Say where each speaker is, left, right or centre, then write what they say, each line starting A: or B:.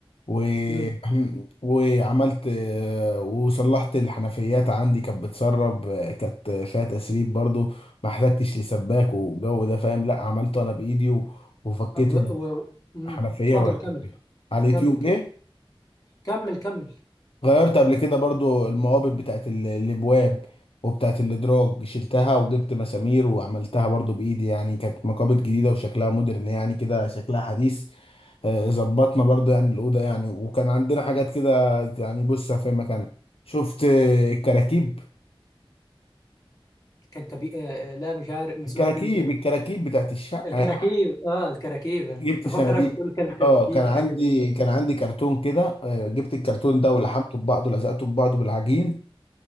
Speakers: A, on the left (about 75°); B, on the left (about 40°).
A: و...
B: امم
A: <clears throat> وعملت آه، وصلحت الحنفيات عندي كانت بتسرب آه، كانت فيها تسريب برضو ما احتجتش لسباك والجو ده فاهم لا عملته انا بايدي و... وفكيت
B: أب- و- امم
A: حنفية
B: اتفضل
A: وركبتها
B: كمل
A: على اليوتيوب
B: كمل كمل
A: ايه
B: كمل كمل
A: غيرت قبل كده برضو المقابض بتاعت ال- الابواب وبتاعت الادراج شلتها وجبت مسامير وعملتها برضو بايدي يعني كانت مقابض جديدة وشكلها مودرن يعني كده شكلها حديث آه، ظبطنا برضو يعني الأوضة يعني وكان عندنا حاجات كده يعني بص في مكانها شفت آه، الكراكيب
B: كان تبي آه آه، لا مش عارف ما
A: الكراكيب
B: سمعتوش ده
A: الكراكيب بتاعت الشقة
B: الكراكيب
A: يعني
B: اه الكراكيب انا
A: جبت
B: كنت افكرك
A: صناديق
B: بتقول كان ترتيب
A: اه كان عندي
B: حاجه زي كده
A: كان عندي كرتون كده آه، جبت الكرتون
B: مم.
A: ده ولحمته ببعضه لزقته ببعضه بالعجين